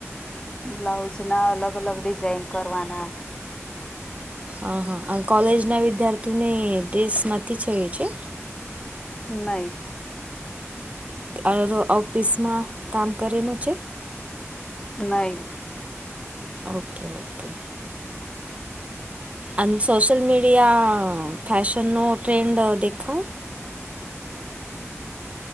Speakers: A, on the left (about 15°); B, on the right (about 30°).
A: બ્લાઉઝ ના અલગ અલગ ડિઝાઇન કરવાના
B: હા હા અને કોલેજના વિદ્યાર્થીઓને ડ્રેસ નથી થ એ છે.
A: નહી.
B: ઓકે ઓફિસમાં કામ કરેનું છે.
A: નહી.
B: Okay okay. અ સોશલ મીડિયા ફૅશનનો ટ્રેન્ડ દેખા